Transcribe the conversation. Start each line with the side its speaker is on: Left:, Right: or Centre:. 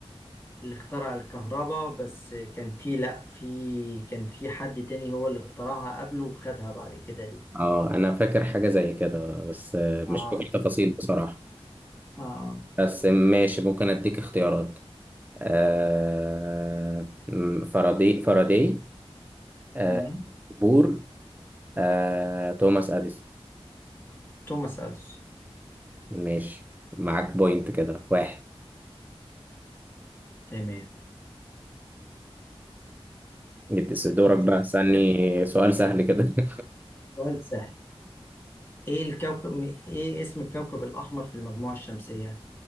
Left: اللي اخترع الكهرباء بس كان في لا في كان في حد تاني هو اللي اخترعها قبله وخدها بعد كده ليه
Right: اه انا فاكر حاجة زي كده بس آه، مش
Left: اه
Right: فاكر تفاصيل بصراحة
Left: اه
Right: بس ماشي ممكن اديك اختيارات آه، م- فاراداي فاراداي آه،
Left: مم.
Right: بور آه، توماس أديسون
Left: توماس اديسون
Right: ماشي معاك بوينت كده واحد
Left: تمام
Right: جبت س- دورك بقى استني سؤال سهل كده <laughs>
Left: سؤال سهل ايه الكوكب م- ايه اسم الكوكب الاحمر في المجموعة الشمسية